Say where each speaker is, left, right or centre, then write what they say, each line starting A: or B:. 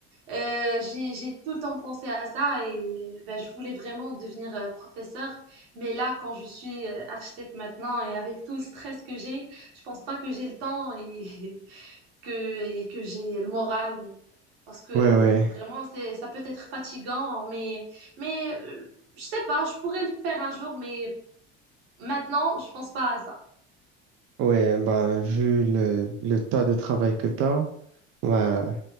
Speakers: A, on the right; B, on the right.
A: Euh, j'ai, j'ai tout le temps pensé à ça et ben, je voulais vraiment devenir euh, professeur. Mais là, quand je suis euh, architecte maintenant et avec tout le stress que j'ai, je pense pas que j'ai le temps et <laughs> que, et que j'ai le moral. Parce que
B: Ouais, ouais,
A: vraiment, c'est, ça peut être fatigant, mais, mais euh, je sais pas, je pourrais le faire un jour, mais maintenant, je pense pas à ça.
B: ouais. Ben, vu le, le tas de travail que t'as, ben,